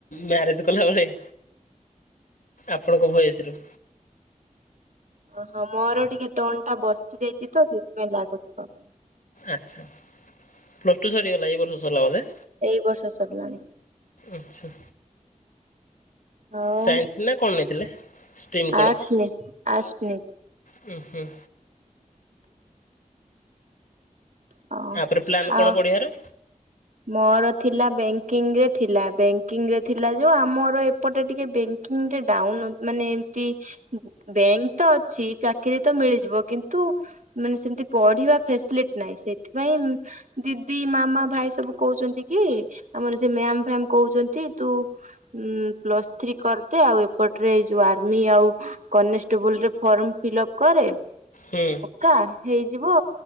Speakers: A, on the left; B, on the right.
A: ମ୍ୟାରେଜ କଲାବଳିଆ। ଆପଣଙ୍କ ଭଏସରୁୁ।
B: ଓହୋ ମୋର ଟିକେ ଟନ ଟା ବସି ଯାଇଛି ତ ସେଥିପାଇଁ ଲାଗୁଥିବ।
A: ଆଚ୍ଛା ପ୍ଲସ୍ ଟୁ ସରିଗଲା ଏ ବର୍ଷ ସଲା ବଧେ।
B: ଏଇ ବର୍ଷ ସରିଲାଣି।
A: ଆଚ୍ଛା।
B: ଆଉ
A: ସାଇନ୍ସ ନା କଣ ନେଇଥିଲେ? ଷ୍ଟ୍ରିମ୍ କଣ?
B: ଆର୍ଟସ ନେ ଆର୍ଟସ ନେ
A: ହୁଁ ହୁଁ
B: ହଁ
A: ତାପରେ ପ୍ଲାନ କଣ
B: ଆଉ
A: ପଢ଼ିଆର?
B: ମୋର ଥିଲା ବ୍ୟାଙ୍କିଙ୍ଗ ରେ ଥିଲା ବ୍ୟାଙ୍କିଙ୍ଗ ରେ ଥିଲା ଯୋଉ ଆମର ଏପଟେ ଟିକେ ବେ ଙ୍କିଙ୍ଗ ଡାଉନ୍ ମାନେ ଏମତି ବ୍ୟାଙ୍କ ତ ଅଛି ଚାକିରି ତ ମିଳିଯିବ କିନ୍ତୁ ମାନେ ସେମିତି ପଢିବା ଫ୍ୟାସିଲିଟି ନାହିଁ ସେଥିପାଇଁ ଉମ ଦିଦି ମାମା ଭାଇ ସବୁ କହୁଚନ୍ତି କି ଆମର ସେ ମ୍ୟାମ ଫ୍ୟମ କହୁଚନ୍ତି ତୁ ଉଁ ପ୍ଲସ୍ ଥ୍ରୀ କରିଦେ ଆଉ ଏପଟରେ ଏଇ ଯୋଉ ଆର୍ମି ଆଉ କନେଷ୍ଟେବୁଲ ରେ ଫର୍ମ ଫିଲ୍ ଅପ କରେ
A: ହୁଁ।
B: କା ହେଇଯିବ